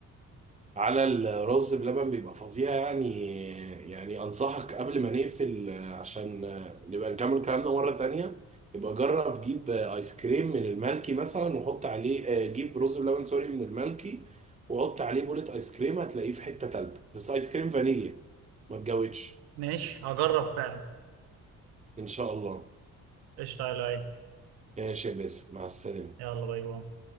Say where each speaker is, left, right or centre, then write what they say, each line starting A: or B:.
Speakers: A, on the right (about 20°); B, on the right (about 85°).
A: على الرز بلبن بيبقى فظيع يعني يعني انصحك قبل ما نقفل آه، عشان آه، نبقى نكمل كلامنا مرة تانية يبقى جرب جيب آه، ايس كريم من المالكي مثلا وحط عليه آه، جيب رز بلبن سوري من المالكي وحط عليه بولة ايس كريم هتلاقيه في حتة تالتة بس ايس كريم فانيليا ما تجودش
B: ماشي هجرب فعلا
A: ان شاء الله
B: قشطة يا لؤي
A: ماشي يا باسم مع السلامة
B: يلا باي باي